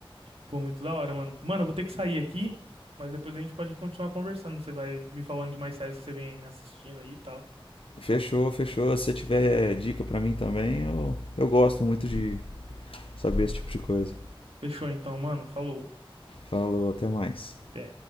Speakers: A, on the right; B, on the left.
A: Pô, muito da hora, mano. Mano, eu vou ter que sair aqui, mas depois a gente pode continuar conversando. Você vai me falando de mais séries que você vem assistindo aí e tal.
B: Fechou, fechou. Se você tiver dica pra mim também, eu, eu gosto muito de saber esse tipo de coisa.
A: Fechou então, mano. Falou.
B: Falou, até mais.
A: Até.